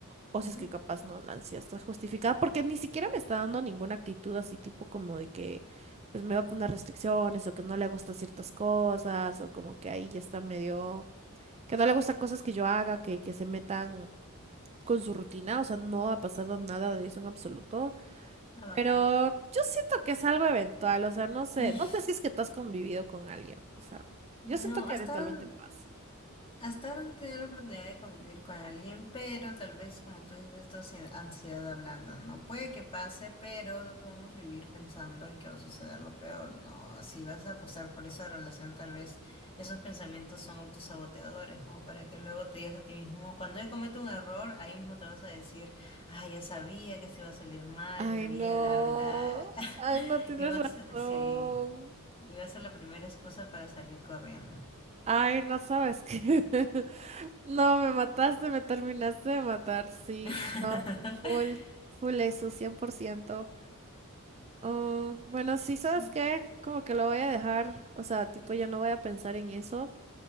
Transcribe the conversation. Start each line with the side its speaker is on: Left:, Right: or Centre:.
Right: o
Left: ujú.
Right: si es que capaz no, la ansiedad está justificada, porque ni siquiera me está dando ninguna actitud así tipo como de que pues me va a poner restricciones o que no le gusta ciertas cosas o como que ahí ya está medio, que no le gusta cosas que yo haga, que, que se metan con su rutina, o sea, no ha pasado nada de eso en absoluto,
Left: Ah, bacán.
Right: pero yo siento que es algo eventual, o sea, no sé,
Left: <laughs>
Right: no sé si es que tú has convivido con alguien, o sea,
Left: No,
Right: yo siento que
Left: hasta
Right: eventualmente
Left: ahora
Right: pasa.
Left: Hasta ahora no he tenido la oportunidad de convivir con alguien, pero tal vez como tú dices, esto es ansiedad hablando, ¿no? Puede que pase, pero no podemos vivir pensando en que va a suceder lo peor, ¿no? Si vas a apostar por esa relación, tal vez esos pensamientos son autosaboteadores, como para que luego te digas a ti mismo, cuando él comete un error, ahí mismo te vas a decir, ah, ya sabía que se iba a salir mal,
Right: Ay,
Left: ya sabía,
Right: no,
Left: bla, bla.
Right: ay,
Left: <laughs>
Right: no tienes
Left: Y vas,
Right: razón.
Left: sí, y va a ser la primera excusa para salir corriendo.
Right: Ay, no sabes qué. <laughs> No, me mataste, me terminaste de matar. Sí,
Left: <laughs>
Right: no, full, full eso, 100%. Ah, bueno, sí, ¿sabes
Left: Sí.
Right: qué? Como que lo voy a dejar, o sea, tipo, ya no voy a pensar en eso